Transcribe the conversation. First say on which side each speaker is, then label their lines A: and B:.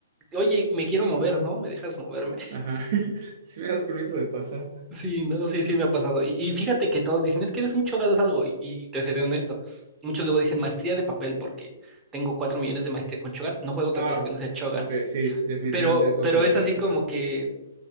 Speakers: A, on the right (about 15°); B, on the right (about 50°).
A: Oye, me quiero mover, ¿no? ¿Me dejas moverme?
B: Ajá. <laughs> Si me das permiso de pasar.
A: Sí, no, sí, sí me ha pasado. Y, y fíjate que todos dicen, es que eres un chogadas algo, y, y te seré honesto. Muchos luego dicen maestría de papel porque tengo cuatro millones de maestría con Chogat, no juego otra
B: Ah,
A: cosa que no sea Chogat.
B: ok, sí, definitivamente
A: Pero,
B: es
A: pero
B: OTP,
A: es así
B: chocar.
A: como que